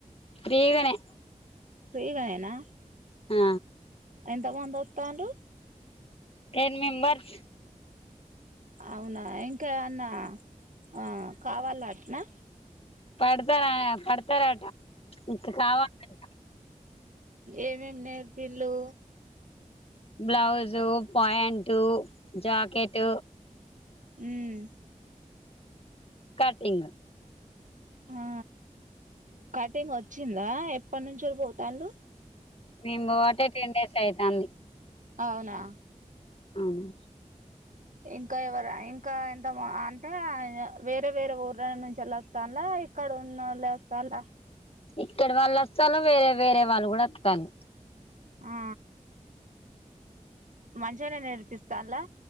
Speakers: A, on the left; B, on the right.
A: ఫ్రీ గానే
B: ఫ్రీ గానేనా
A: ఆ
B: ఎంతమంది వస్తానరు
A: టెన్ మెంబర్స్
B: అవునా ఇంకామన్నా ఆ కావాల అట్నా
A: పడతారా పడతారాట ఇంక కావలనట
B: ఎం ఎం నేర్పిళ్ళు
A: బ్లౌజు ప్యాంట్ జాకెట్
B: ఉమ్
A: కటింగ్
B: ఆ కటింగ్ వచ్చిందా ఎప్పటినుంచో పోతాళ్ళు
A: మేము పోవటి టెన్ డేస్ అయితుంది
B: అవునా
A: అవును
B: ఇంకా ఎవరు ఇంకా ఎంత అంటే వేరే వేరే ఊర్ నుంచి వెళ్ళస్తానులా ఇక్కడ ఉన్నోలే ఒస్తుల
A: ఇక్కడ వాళ్ళు వస్తలు వేరే వేరే వాళ్ళు కూడా వస్తతాలు
B: ఆ మంచిగానే నేర్పిస్తలా